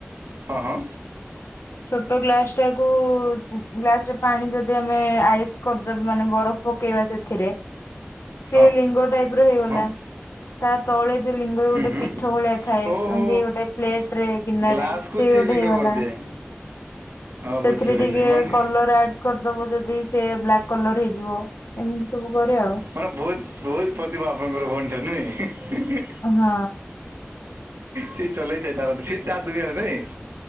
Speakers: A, on the right; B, on the left.
A: ହଁ ହଁ
B: ଛୋଟ ଗ୍ଲାସ୍ ଟାକୁୁ ଗ୍ଲାସ୍ ରେ ପାଣି ଯଦି ଆମେ ଆଇସ୍ କରିଦ ମାନେ ବରଫ ପକେଇବା ସେଥିରେ ସେ
A: ହଁ
B: ଲିଙ୍ଗ ଟାଇପ୍ ହେଇଗଲା
A: ହଁ
B: ତା ତଳେ ଯୋଉ ଲିଙ୍ଗ ଗୋଟେ
A: ହୁଁ ହୁଁ
B: ପିଠ ଭଳିଆ ଥାଏ
A: ଓହୋ
B: ଏମିତି ଗୋଟେ ପ୍ଲେଟ୍ ରେ ଗିନାରେ
A: ଗ୍ଲାସ୍କୁ
B: ସେ
A: ସିଏ
B: ଗୋଟେ
A: ଲିଙ୍ଗ
B: ହେଇଗଲା
A: କରିଦିଏ ହଁ
B: ସେଥିରେ
A: ବୁଝିଲି ବୁଝିଲି
B: ଟିକେ
A: ମାନେ
B: କଲ ଆଡ଼ କରିଦବ ଯଦି ସେ ବ୍ଲାକ୍ କଲର ହେଇଯିବ ଏମିତି ସବୁ କରେ ଆଉ
A: ମାନ ବହୁତ୍ ବହୁତ୍ ପଥିପା ଆପାଣକ ଭଉଣୀ ଟା ନେଇ
B: ହଁ।
A: ସି ଚଲେଇଥାଏ ତାର ସେ ତ ଦୁନିଆରେ ନାଇଁ।